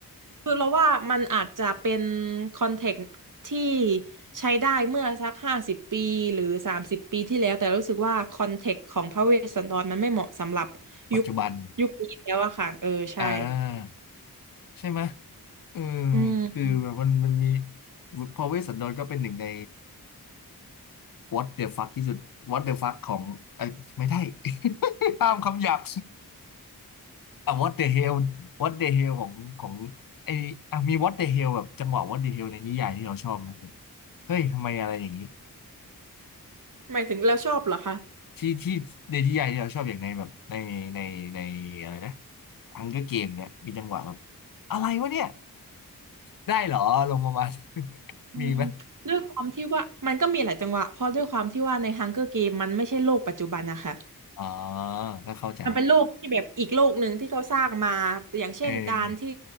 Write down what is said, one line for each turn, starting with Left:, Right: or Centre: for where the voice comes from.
Right: คือเราว่ามันอาจจะเป็นคอนเทกต์ที่ใช้ได้เมื่อสักห้าสิบปีหรือสามสิบปีที่แล้วแต่รู้สึกว่าคอนเทกต์ของพระเวสสันดรมันไม่เหมาะสำหรับยุค
Left: ปัจจุบัน
Right: ยุคนี้แล้วอะค่ะเออใช่
Left: อ่าใช่ไหมเออ
Right: อื
Left: คือแบบมันมันมี
Right: ม
Left: พอเวสสันดรก็เป็นหนึ่งใน what the fuck ที่สุด what the fuck ของไอยไม่ได้ <laughs> ห้ามคำหยาบ อ่ะ what the hell what the hell ของของไออ่ะมี what the hell แบบจังหวะ what the hell ในนิยายที่เราชอบไหมแบบเฮ้ยทำไมอะไรอย่างนี้
Right: หมายถึงแล้วชอบเหรอคะ
Left: ที่ที่ในนิยายที่เราชอบอย่างในแบบในในในอะไรนะทังเกอร์เกมเนี่ยมีจังหวะแบบอะไรวะเนี่ยได้เหรอลงมามา <laughs>
Right: อืมด้วยความที่ว่ามันก็มีหลายจังหวะเพราะด้วยความที่ว่าใน
Left: มีไหม
Right: Hunger Game มันไม่ใช่โลกปัจจุบันนะคะ
Left: อ๋อก็เข้าใจ
Right: มันเป็นโลกที่แบบอีกโลกหนึ่งที่เขาสร้างมาอย่างเช่นการที่
Left: เออ